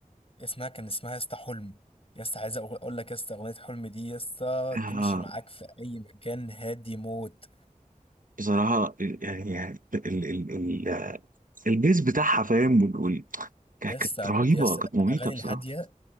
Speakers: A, on the left; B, on the right.
A: اسمها كان اسمها يسطا حلم يسطا عايز اقول اقول لك يسطا اغنيه حلم دي يسطا
B: آه
A: تمشي معاك في اي مكان هادي موت
B: بصراحه يعني يعني ال ال ال البيز بتاعها فاهم وال- وال- كانت
A: يسطا
B: رهيبه
A: يسطا
B: كانت
A: الاغاني
B: مميته بصراحه
A: الهاديه